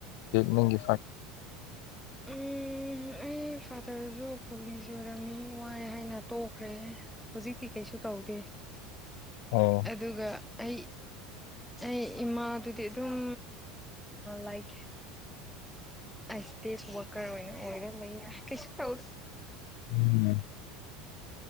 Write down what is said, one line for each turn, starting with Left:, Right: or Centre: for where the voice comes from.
Left: ꯅꯒꯤ
Centre: ꯎꯝ ꯑꯩ ꯐꯥꯗꯔꯁꯨ ꯄꯨꯂꯤꯁ ꯑꯣꯏꯔꯝꯃꯤ ꯋꯥꯏ ꯍꯥꯏꯅ ꯇꯣꯛꯈ꯭ꯔꯦ ꯍꯧꯖꯤꯛꯇꯤ ꯀꯩꯁꯨ ꯇꯧꯗꯦ
Left: ꯑꯣ
Centre: ꯑꯗꯨꯒ ꯑꯩ ꯑꯩ ꯏꯃꯥꯗꯨꯗꯤ ꯑꯗꯨꯝ ꯂꯥꯏꯛ ꯑꯩ ꯏꯁꯇꯦꯖ ꯋꯥꯀꯔ ꯑꯣꯏꯅ ꯑꯣꯏꯔ ꯂꯩꯔ ꯀꯩꯁꯨ ꯇꯧ
Left: ꯎꯝ